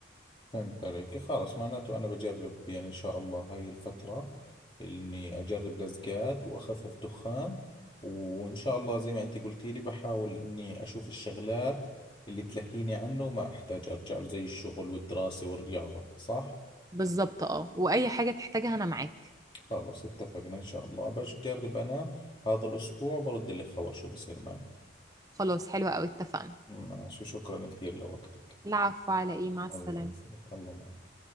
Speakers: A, on the left (about 25°); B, on the right (about 20°).
A: فهمت عليك خلاص معناته أنا بجرب يعني إن شاء الله هاي الفترة إني أجرب لزقات وأخفف دخان وإن شاء الله زي ما أنت قلتي لي بحاول إني أشوف الشغلات اللي تلهيني عنه وما أحتاج أرجع له، زي الشغل والدراسة والرياضة صح؟
B: بالظبط اه واي حاجة تحتاجها انا معاك
A: خلاص اتفقنا إن شاء الله بجرب أنا هذا الأسبوع برد لك خبر شو بصير معي
B: خلاص حلوة قوي اتفقنا
A: ماشي شكرا كثير لوقتك
B: العفو على ايه مع السلامة
A: الله يسلمك الله معك